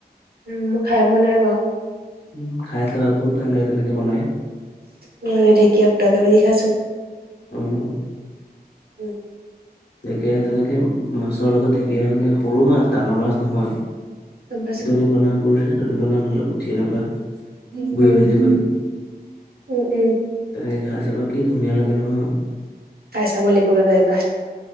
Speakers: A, on the right (about 65°); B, on the left (about 80°).
A: উম মই খাই পোৱা নাই বাৰু।
B: উ খাই চাবা বহুত ভাল লাগে তেনেকে বনাই।
A: মে ঢেকীয়া <unintelligible> মাজি খাইছো
B: উম
A: উম
B: ঢেকীয়া তেনেকে মাছৰ লগত ঢেকীয়া এনেকে সৰু মাছ ডাঙৰ মাছ নহয়
A: গম পাইছো।
B: দনীকণাবোৰ দনীকণা নহ'লে পুঠি এনেকুৱা
A: উম,
B: গৈ
A: উম,
B: ভাজি গৈ
A: উম, উম,
B: তেনেকে খাই চাবা কি ধুনীয়া লাগে নহয়।
A: খাই চাব লাগিব এইবাৰ